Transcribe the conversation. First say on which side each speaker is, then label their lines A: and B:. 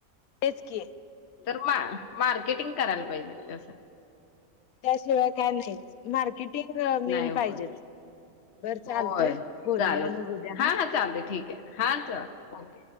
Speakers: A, on the left; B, on the left.
A: तेच की.
B: तर म मार्केटिंग करायला पाहिजे त्यासाठी.
A: त्याशिवाय काय नाहीच मार्केटिंग मेन
B: नाही होय
A: पाहिजेच. बर
B: होय
A: चालतंय बोलूया
B: चालेल
A: मग उद्या हा
B: चालते ठीक आहे हा चल ओके